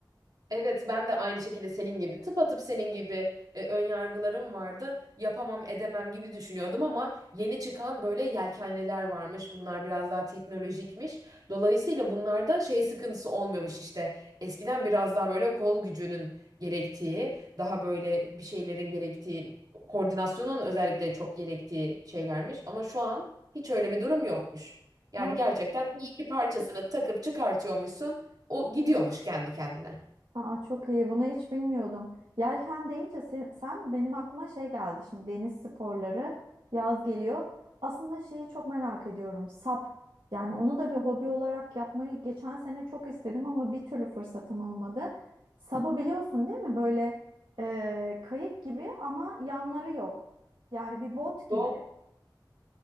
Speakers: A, on the right; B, on the right.
A: Evet ben de aynı şekilde senin gibi tıpatıp senin gibi e, ön yargılarım vardı. Yapamam edemem gibi düşünüyordum ama yeni çıkan böyle yelkenliler varmış. Bunlar biraz daha teknolojikmiş. Dolayısıyla bunlarda şey sıkıntısı olmuyormuş işte. Eskiden biraz daha böyle kol gücünün gerektiği, daha böyle bir şeylerin gerektiği, koordinasyonun özellikle çok gerektiği şeylermiş. Ama şu an hiç öyle bir durum yokmuş. Yani
B: Aa,
A: gerçekten
B: çok
A: iki parçasını takıp çıkartıyormuşsun. O gidiyormuş kendi kendine.
B: Aa, çok iyi. Bunu hiç bilmiyordum. Yelken deyince sen, sen benim aklıma şey geldi. Şimdi deniz sporları yaz geliyor. Aslında şeyi çok merak ediyorum. Sap. Yani onu da bir hobi olarak yapmayı geçen sene çok istedim ama bir türlü fırsatım olmadı. Sabı biliyorsun değil mi? Böyle e, kayık gibi ama yanları yok. Yani bir bot gibi.
A: Yok.